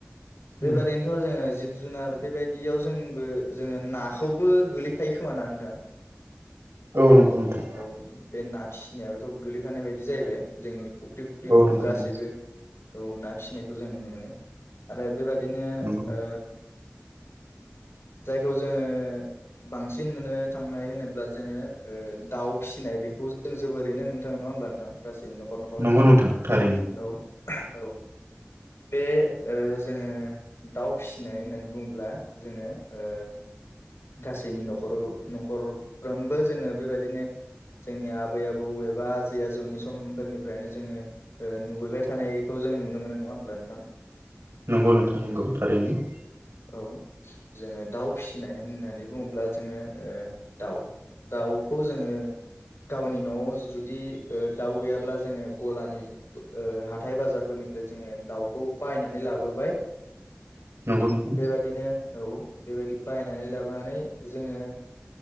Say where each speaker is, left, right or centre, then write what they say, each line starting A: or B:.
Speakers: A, on the left; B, on the right.
A: बेबायदिनोथ'
B: उम,
A: जोङो जिब जुनार बेबायदियाव जोंबो जोङो नाखौबो गोल्लै फायो खोमा ना नोंथां
B: औ नंगौ नोंथां
A: औ बे ना फिस नायाबोथ' गोगलैफानाय बायदि जाहैबाय जोंनि फुख्रि फुख्रि
B: औ नंगौ
A: गासैबो
B: नोंथां
A: औ ना फिसिनायखौ जों नुनो मोनो आरो बेबादि बिदिनो
B: नंगौ
A: ओ जायखौ जोङो बांसिन नुनो थांनाय होनोब्ला जोङो ओ दाउ फिसिनाय बेखौ जों जोबोरैनो नुनो थाङो नङा होमब्ला नोंथां गासै न'खर न'खर
B: नंगौ नोंथां थारैनो
A: औ औ बे ओ जोङो दाउ फिसिनाय होननानै बुंब्ला जोङो ओ गासैनि न'खराव न'खरफ्रोमबो जोङो बेबायदिनो जोंनि आबै आबौ एबा आजै आजौनि समफोरनिफ्रायनो जोङो ओ नुुबबाय थानायखौ जों नुनो मोनो नङा होमब्ला नोंथां
B: नंगौ नोंथां नंगौ थारैनो
A: औ जोङो दाउ फिसिनाय होननानै बुङोब्ला जोङो ओ दाउ दाउखौ जोङो गावनि न'आव जुदि ओ दाउ गैयाब्ला जोङो गलानि ओ हाथाय बाजारफोरनिफ्राय जोङो दाउखौ बायनानै लाबोबाय
B: नंगौ नंगौ
A: बेबायदिनो औ बेबायदि बायनानै लाबोनानै जोङो